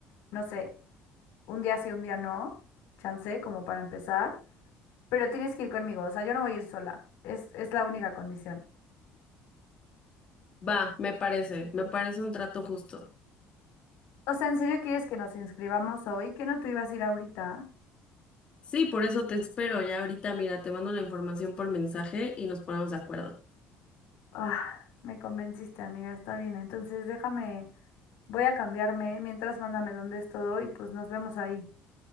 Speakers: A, on the left; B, on the left.
A: no sé, un día sí, un día no, chance, como para empezar, pero tienes que ir conmigo, o sea, yo no voy a ir sola, es, es la única condición.
B: Va, me parece, me parece un trato justo.
A: O sea, ¿en serio quieres que nos inscribamos hoy? ¿Que no tú ibas a ir ahorita?
B: Sí, por eso te espero, ya ahorita mira, te mando la información por mensaje y nos ponemos de acuerdo.
A: Ah, me convenciste, amiga, está bien, entonces déjame, voy a cambiarme, mientras mándame dónde es todo y pues nos vemos ahí.